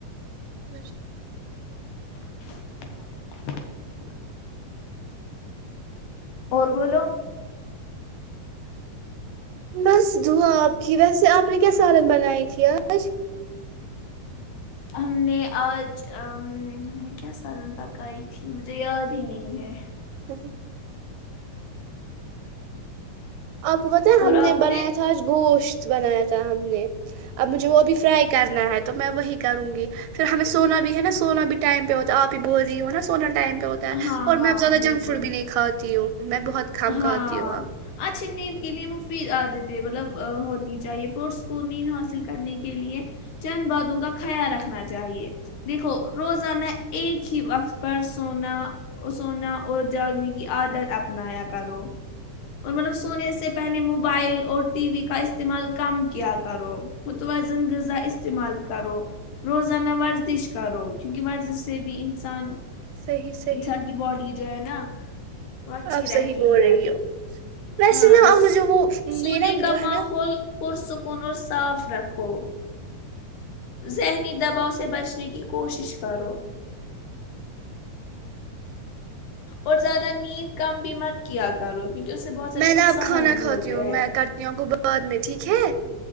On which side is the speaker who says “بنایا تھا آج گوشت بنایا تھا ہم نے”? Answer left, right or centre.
Right